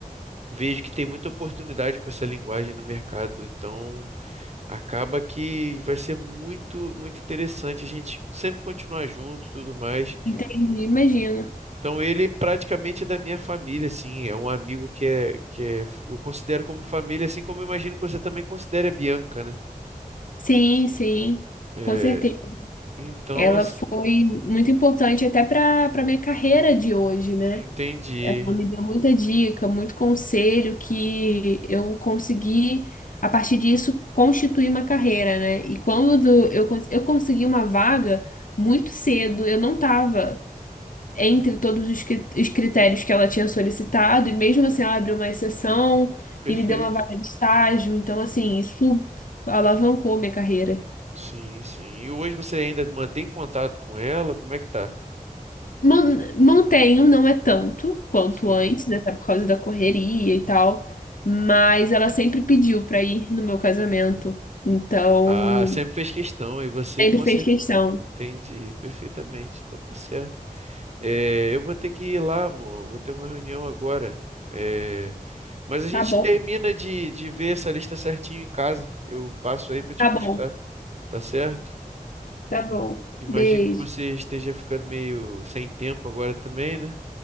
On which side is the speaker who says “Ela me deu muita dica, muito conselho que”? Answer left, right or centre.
Left